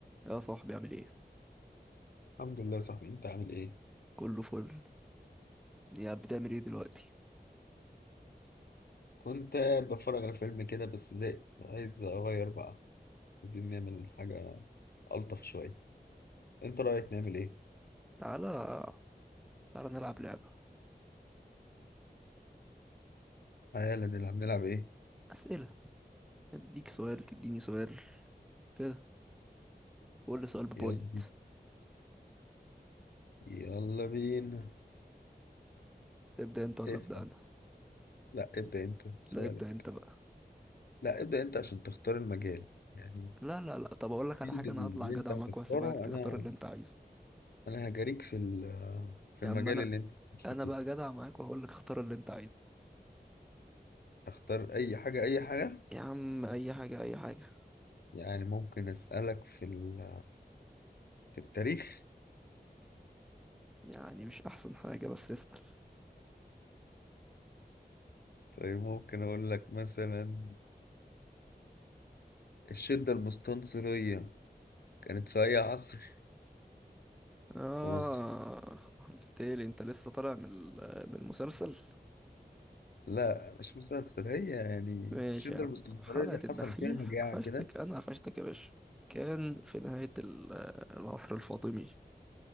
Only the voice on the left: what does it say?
الحمد لله يا صاحبي انت عامل ايه
كنت قاعد بتفرج على فيلم كده بس زهقت عايز اغير بقى عايزين نعمل حاجة الطف شوية انت رأيك نعمل ايه
تعالى نلعب نلعب ايه
يلا بينا يلا بينا
اسأل
لا ابدأ انت سؤالك
لا ابدأ انت عشان تختار المجال يعني
الفيلد
اللي
انت هتختاره
انا
انا هجاريك في ال- في
المجال
اللي انت ماشي
فيه
اختار اي حاجة اي حاجة
يعني ممكن اسألك في ال- في التاريخ
طيب ممكن أقول لك مثلا الشدة المستنصرية كانت في أي عصر
في مصر؟
لا مش مستنصر هي يعني
الشدة
المستنصرية
دي
حصل فيها مجاعة
كده